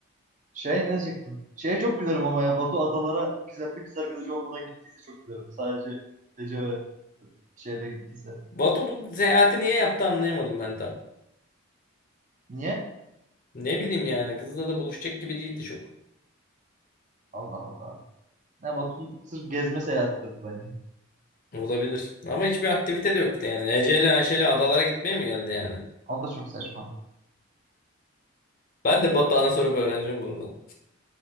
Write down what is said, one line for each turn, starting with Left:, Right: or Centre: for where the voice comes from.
Right: Şey ne diyecektim? Şeye çok gülerim ama ya Batu adalara gizemli kız arkadaşı olmadan gittiyse çok gülerim. Sadece Ece ve şeyle gittiyse.
Left: Batu bu seyahati niye yaptı anlayamadım ben tam.
Right: Niye?
Left: Ne bileyim yani kızla da buluşacak gibi değildi çok.
Right: Allah Allah. Ya Batu'nun sırf gezme seyahatidir bu bence.
Left: Olabilir. Ama hiçbir aktivite de yoktu yani. Ece ile Ayşe ile adalara gitmeye mi geldi yani?
Right: O da çok saçma.
Left: Ben de Batuhan'a sorup öğreneceğim bunu da.